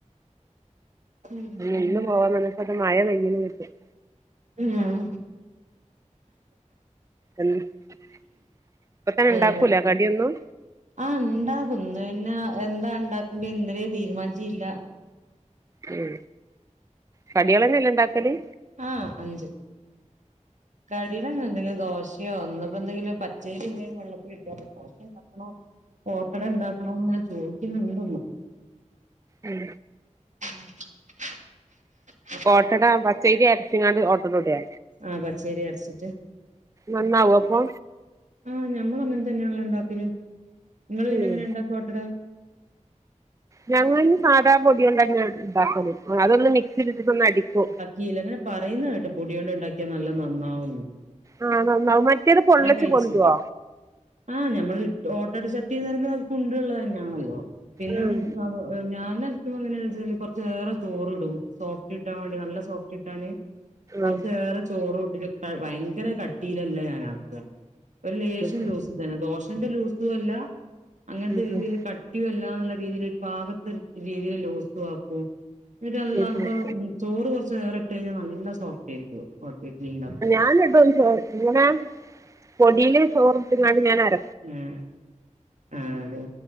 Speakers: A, on the right; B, on the right.
A: പിന്നെന്താ
B: <unintelligible>
A: ഉം
B: ഉം ഇപ്പൊ തന്നെ
A: വേറെ
B: ഇണ്ടാക്കൂല കടിയൊന്നും?
A: ആഹ് ഉണ്ടാകുംന്ന് പിന്നെ എന്താ ഉണ്ടാക്കണ്ടെ ഇന്നലെ തീരുമാനിചീല്ല.
B: ഉം കടിയാളന്നെല്ല ഇണ്ടാക്കല്?
A: ആഹ് അഞ്ച്. കടയില എന്തെങ്കിലും ദോശയോ ഇന്ന് ഇപ്പ എന്തെങ്കിലും പച്ചരി എന്തു വെള്ളത്തിലിട്ടാ ദോശയുംണ്ടാക്കണോ. ഓട്ടടണ്ടാക്കണന്ന് ഞാൻ ചോദിക്കുന്നുണ്ടിന്.
B: ഉം
A: <unintelligible>
B: ഓട്ടട പച്ചേരി അരച്ച്ങ്ങാട് ഓട്ടടുടെ?
A: ആഹ് പച്ചേരി അരച്ചിട്ട്.
B: നന്നാവോ അപ്പൊ
A: ആഹ് ഞമ്മൾ അങ്ങനെ തന്നെയാണ ലോ ഉണ്ടാക്കിയത് നിങ്ങൾ പിന്നെ
B: ഉം
A: എങ്ങനെ ഉണ്ടാക്ക ഓ ട്ടട.
B: ഞങ്ങൾ സാധാ പൊടിയൊണ്ടെന്നെ ഇണ്ടാക്കല് അതൊന്ന് മിക്സിയിൽ ഇ്ട്ടിട്ട് ഒന്ന് അടിക്കോ.
A: യില്ല അങ്ങനെ പറയുന്ന കേട്ട് പൊടിയ കൊണ്ട് ഉണ്ടാക്കിയാ നല്ല നന്നാവുന്നു.
B: ആഹ് നന്നാവും മറ്റേത് പൊള്ളച്ച്പൊ
A: കഴിച്ച്
B: ന്തോ?
A: ആഹ് ഞമ്മൾ ഓട്ടട ചട്ടി ന്നറയ്ണ ത് കുണ്ട്ള്ളത് തന്നെയാണല്ലോ പിന്നെ.
B: ഉം
A: ഞാന് അരക്കുമ്പ എങ്ങനെയാണെ ച്ചാല് കുറച്ചേറെ ചോറിടും സോഫ്റ്റ് കിട്ടാൻ വേണ്ടി നല്ല സോഫ്റ്റിട്ടാന്. കുറച്
B: ഉം
A: ഏറെ ചോറുട്ടിട്ട് ഭയങ്കര കട്ടിയിലല്ല ഞാനാ. ഒരു ലേശം
B: ഉം ഉം
A: ലൂസ് തന്നെ ദോശന്റെ ലൂസു അല്ല അങ്ങനത്തെ
B: ഉം
A: രീതിയിൽ
B: ഉം
A: കട്ടി ല്ലുള്ള രീതിൽ ഭാഗത്ത് രീതിയിൽ ലുസും ആക്കും നിട്ട് നല്ലപ്പോ.
B: ഉം ഉം
A: ചോറ് കുറച്ച് ഏറെ ഇട്ട് കഴിഞ്ഞാൽ നല്ല സോഫ്റ്റ് ആയിരിക്കും ക്ലീൻ ആക്ക.
B: <unintelligible> ഇങ്ങനെ പൊടിയിൽ ചോറിട്ടിങ്ങാണ്ട് ഞാൻ അര
A: ആഹ് ആഹ് അതെ.